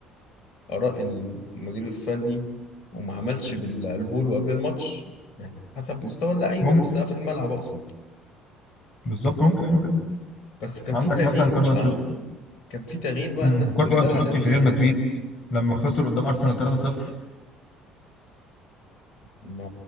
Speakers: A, on the left (about 65°); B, on the left (about 50°).
A: آراء المدير الفني وما عملش باللي قاله له قبل الماتش يعني حسب مستوى اللعيبة
B: ممكن
A: نفسها في الملعب أقصد
B: بالظبط ممكن ايوه كده
A: بس كان
B: عندك
A: في تغيير
B: مثلا كارلو
A: بقى
B: انشيلوتي
A: كان في تغيير بقى
B: مم،
A: الناس
B: وكارلو
A: كلها
B: انشيلوتي
A: لمتها
B: في ريال مدريد لما خسر قدام ارسنال 3-0
A: ما